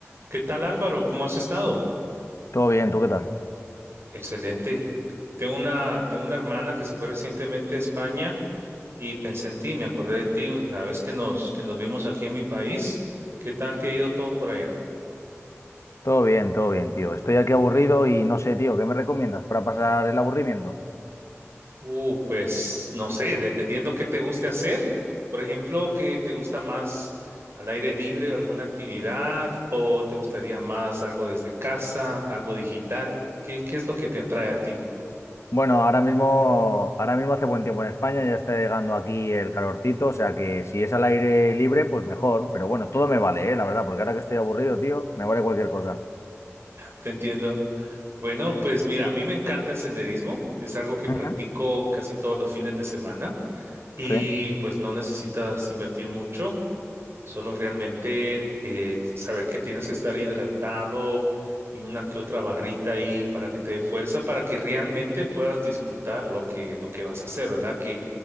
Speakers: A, on the right; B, on the left.
A: ¿Qué tal Álvaro? ¿Cómo has estado?
B: Todo bien, ¿tú qué tal?
A: Excelente. Tengo una, tengo una hermana que se fue recientemente a España y pensé en ti, me acordé de ti la vez que nos, que nos vimos aquí en mi país. ¿Qué tal te ha ido todo por allá?
B: Todo bien, todo bien, tío. Estoy aquí aburrido y no sé, tío, ¿qué me recomiendas para pasar el aburrimiento?
A: Uh, pues no sé, dependiendo qué te guste hacer. Por ejemplo, ¿qué te gusta más al aire libre, alguna actividad o te gustaría más algo desde casa, algo digital? ¿Qué, qué es lo que te atrae a ti?
B: Bueno, ahora mismo, ahora mismo hace buen tiempo en España, ya está llegando aquí el calorcito, o sea que si es al aire libre, pues mejor. Pero bueno, todo me vale, eh, la verdad, porque ahora que estoy aburrido, tío, me vale cualquier cosa.
A: Te entiendo. Bueno, pues mira, a mí me encanta el senderismo, es algo que
B: Ujú.
A: practico casi todos los fines de semana y
B: Sí.
A: pues no necesitas invertir mucho. Solo realmente eh, saber que tienes que estar hidratado y una que otra barrita ahí para que te dé fuerza, para que realmente puedas disfrutar lo que, lo que vas a hacer, ¿verdad? Que